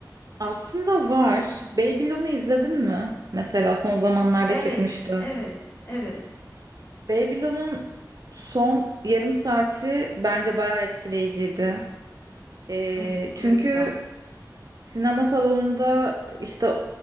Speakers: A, on the right; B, on the left.
A: Aslında var. Babylon'u izledin mi? Mesela son zamanlarda
B: Evet,
A: çıkmıştı.
B: evet, evet,
A: Babylon'un son yarım saati bence bayağı etkileyiciydi. Ee,
B: evet. O
A: çünkü
B: da güzel.
A: sinema salonunda işte